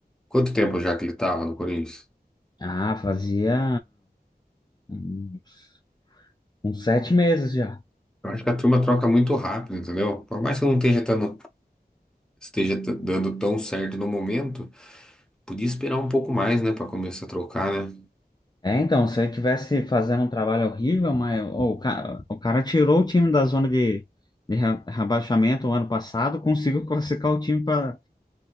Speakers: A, in the centre; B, on the left.
A: Quanto tempo já que ele tava no Corinthians?
B: Ah, fazia uns, uns sete meses já.
A: Eu acho que a turma troca muito rápido, entendeu? Por mais que não esteja, tando- esteja t- dando tão certo no momento, podia esperar um pouco mais, né, Pra começar a trocar, né?
B: É, então, se ele tivesse fazendo um trabalho horrível, mas ô, o cara, o cara tirou o time da zona de, de re- rebaixamento o ano passado, conseguiu classificar o time para